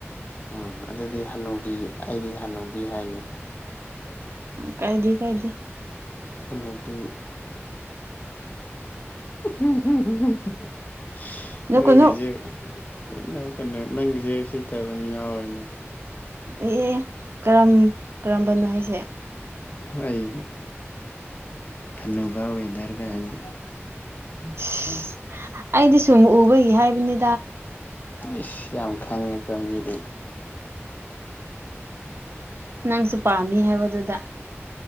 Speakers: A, on the left (about 40°); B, on the right (about 60°).
A: ꯑ ꯑꯗꯨꯗꯤ ꯍꯟꯅꯨꯕꯤ ꯑꯩꯗꯤ ꯍꯟꯅꯨꯕꯤ ꯍꯥꯏꯅꯤ
B: ꯀꯥꯏꯗꯦ ꯀꯥꯏꯗꯦ
A: ꯍꯅꯨꯕꯤ <unintelligible>
B: ꯅꯣ
A: ꯅꯪꯒꯤꯁꯦ
B: ꯀꯩꯅꯣ
A: ꯅ ꯀꯩꯅꯣ ꯅꯪꯒꯤꯁꯦ ꯎꯁꯤꯠꯇꯕ ꯃ ꯌꯥꯎꯋꯦꯅꯦ
B: ꯑꯦ ꯑꯦ ꯀꯔꯝ ꯀꯔꯝꯕꯅꯣ ꯍꯥꯏꯁꯦ
A: ꯍꯣꯏ ꯍꯅꯨꯕ ꯋꯦꯗꯔ ꯒꯥꯏꯅ
B: ꯁꯤꯁ ꯑꯩꯗꯤ ꯁꯨꯝ ꯎꯕꯒꯤ ꯍꯥꯏꯕꯅꯤ
A: ꯏꯁ ꯌꯥꯝ ꯈꯪꯉꯦꯀꯣ ꯃꯤꯗꯤ
B: ꯅꯪꯁꯨ ꯄꯥꯝꯃꯤ ꯍꯥꯏꯕꯗꯨꯗ